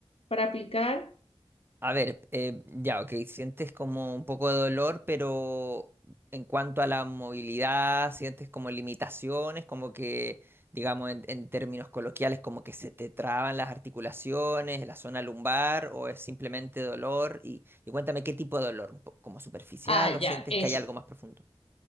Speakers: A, on the left; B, on the right.
A: para aplicar.
B: A ver, eh, ya, ok, sientes como un poco de dolor, pero en cuanto a la movilidad, sientes como limitaciones, como que, digamos, en, en términos coloquiales, como que se te traban las articulaciones, la zona lumbar, o es simplemente dolor. Y, y cuéntame qué tipo de dolor, un po- como superficial,
A: Ah,
B: o
A: ya,
B: sientes
A: es
B: que hay algo más profundo.